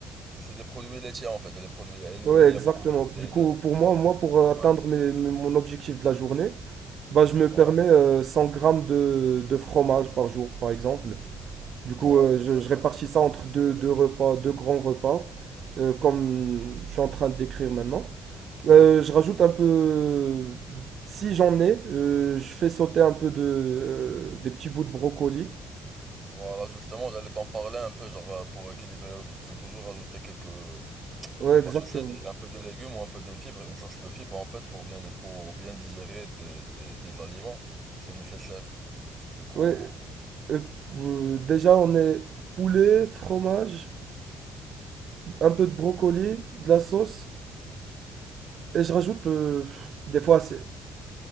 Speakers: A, on the right (about 30°); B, on the right (about 50°).
A: c'est des produits laitiers en fait, et les produits et le
B: Ouais,
A: lait,
B: exactement.
A: il y a beaucoup de protéines
B: Du coup,
A: dedans.
B: pour moi, moi, pour euh, atteindre
A: Ouais.
B: mes- mes- mon objectif de la journée, bah, je me
A: Ouais.
B: permets euh, 100 grammes de, de fromage par jour, par exemple. Du coup,
A: Ouais,
B: euh, je,
A: d'accord.
B: je répartis ça entre
A: D'accord,
B: deux,
A: d'accord,
B: deux repas,
A: d'accord.
B: deux grands repas, euh, comme je suis en train de décrire maintenant. Euh, je rajoute un peu, si j'en ai, euh, je fais sauter un peu de, euh, des petits bouts de brocoli.
A: Voilà, justement, j'allais t'en parler un peu, genre euh, pour équilibrer le truc, il faut toujours ajouter quelques
B: Ouais, exactement.
A: bah tu sais, des- un peu de légumes ou un peu de fibres, une source de fibres en fait pour bien pour bien digérer tes, tes, tes aliments, c'est nécessaire. Du coup,
B: Ouais, euh, euh, déjà on est poulet, fromage, un peu de brocoli, de la sauce, et je rajoute euh, des fois, c'est-